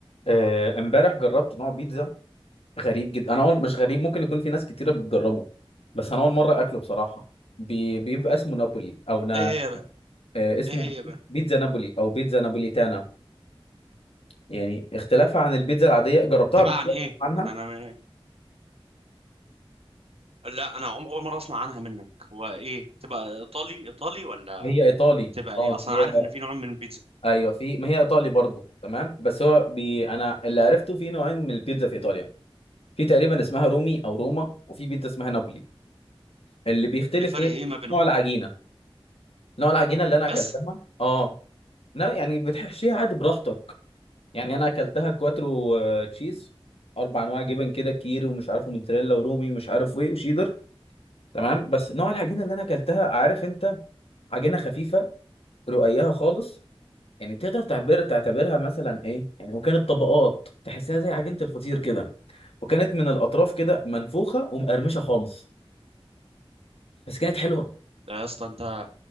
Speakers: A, on the left; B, on the right.
A: آه، امبارح جربت نوع بيتزا غريب جدا انا اول مش غريب ممكن يكون في ناس كتيره بتجربه بس انا اول مره اكله بصراحه بي... بيبقى اسمه نابولي او نا...
B: ايه هي بقى
A: آه، اسمه
B: ايه هي بقى
A: بيتزا نابولي او بيتزا نابوليتانا يعني اختلافها عن البيتزا العاديه جربتها
B: تبقى
A: قبل كده
B: عن ايه
A: عنها
B: انا انا ما- لا انا عم- اول مره اسمع عنها منك هو ايه تبقى ايطالي ايطالي ولا
A: هي ايطالي
B: تبقى ايه
A: اه
B: اصلا
A: هي
B: عارف ان في نوع من البيتزا
A: ايوه في ما هي ايطالي برضو تمام بس هو بي... انا اللي عرفته في نوعين من البيتزا في ايطاليا في تقريبا اسمها رومي او روما وفي بيتزا اسمها نابولي اللي بيختلف
B: الفرق
A: ايه
B: ايه ما بينهم
A: نوع العجينه نوع العجينه اللي انا اكلتها
B: بس
A: اه لا يعني بتحشيها عادي براحتك يعني انا اكلتها كواترو آه، تشيز اربع انواع جبن كده كيري ومش عارف موتزاريلا ورومي مش عارف ايه وشيدر تمام بس نوع العجينه اللي انا اكلتها عارف انت عجينه خفيفه رقيقها خالص يعني تقدر تعبر تعتبرها مثلا ايه يعني وكانت طبقات تحسها زي عجينه الفطير كده وكانت من الاطراف كده منفوخه ومقرمشه خالص بس كانت حلوه
B: ده يا اسطى انت